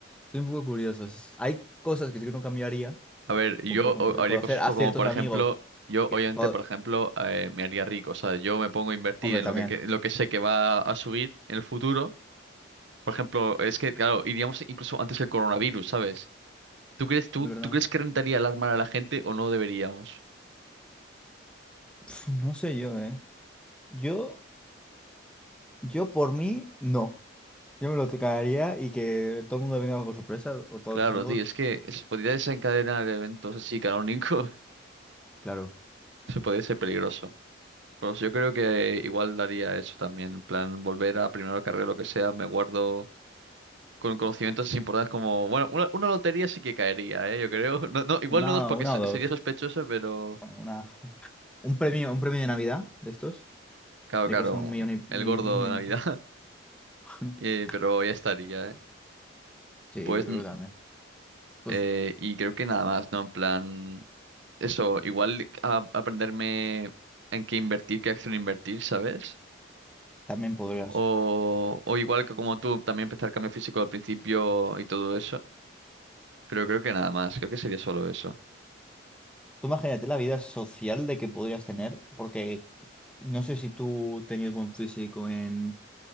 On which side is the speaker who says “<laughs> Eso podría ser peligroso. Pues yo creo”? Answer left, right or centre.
Right